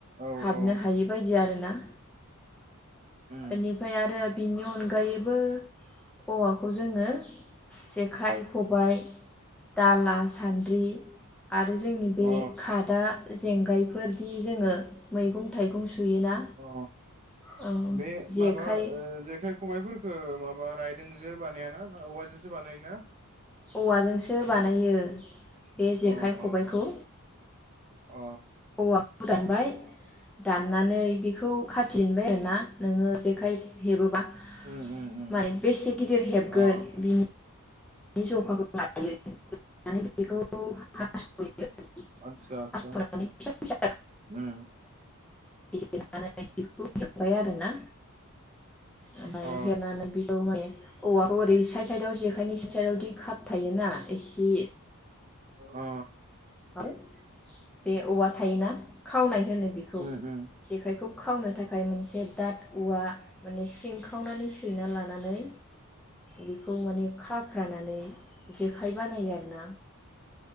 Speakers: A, on the right; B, in the centre.
A: औ
B: हाबनो
A: औ
B: हायि बायदि आरो ना
A: उम
B: बेनिफ्राय आरो बिनि अनगायैबो औवाखौ जोङो जेखाइ खबाय दाला सान्द्रि आरो जोंनि बे
A: अ
B: खादा जेंगायफोर बि जोङो मैगं थाइगं सुयोना
A: अ
B: औ
A: बे
B: जेखाइ
A: माबा ओ जेखाय खबाय फरखो माबा रायदोंजो बानायाना औवाजोसो बानायोना
B: औवाजोंसो बानायो बे
A: अ
B: जेखाइ खबबायखौ
A: अ अ अ
B: औवाखौ दानबाय दाननानै बेखौ खाथिनबाय आरो ना नोङो जेखाइ हेबोबा।
A: उम उम
B: माने बेसे गिदिर हेबगोन
A: अ
B: बिनि जखाखौ लायो <inaudible> बेखौ हास'यो
A: आदसा आदसा
B: हास'नानै फिसा फिसा
A: उम
B: <inaudible> खौ होबबाय आरो ना ओमफाय
A: अ
B: हेबनानै बियो मय औवाखौ ओरै साइद साइदआव जेखायनि <unintelligible> कापथायोना इसि
A: अ
B: आरो बे औवा थायोना खावनाय होनो बेखौ
A: उम
B: जेखाइखौ खावनो थाखाय मोनसे दाद औवा माने सिंखावनानै सैना लानानै बेखौ माने खाफ्रानानै जेखाइ बानायो आरोना।